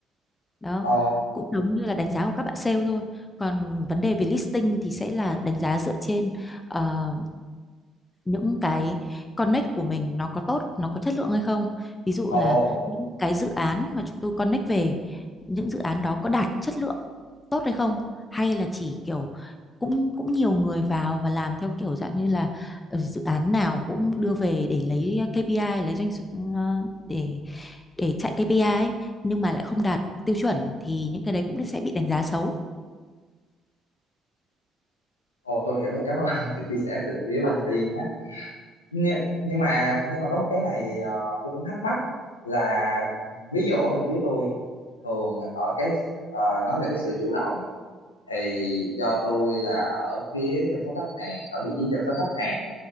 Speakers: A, on the left (about 25°); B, on the left (about 85°).
A: đó
B: Ồ,
A: cũng giống như là đánh giá của các bạn sale thôi còn vấn đề về listing thì sẽ là đánh giá dựa trên ờ, những cái connect của mình nó có tốt nó có chất lượng hay không ví dụ
B: ồ,
A: là những cái dự án mà chúng tôi connect về những dự án đó có đạt chất lượng tốt hay không hay là chỉ kiểu cũng cũng nhiều người vào và làm theo kiểu dạng như là ờ, dự án nào cũng đưa về để lấy KPI lấy doanh số- ờ, để để chạy KPI ấy, nhưng mà lại không đạt tiêu chuẩn thì những cái đấy cũng sẽ bị đánh giá xấu.
B: ồ tôi hiểu rồi, cảm ơn <laughs> sự chia sẻ từ phía bên Tiên nhé. Nhưng, nhưng mà nhưng mà có một cái này ờ, tôi cũng thắc mắc là ví dụ ở bên phía tôi thường ở cái ờ, nói về cái sự chủ động thì do tôi là ở phía chăm sóc khách hàng, ở vị trí chăm sóc khách hàng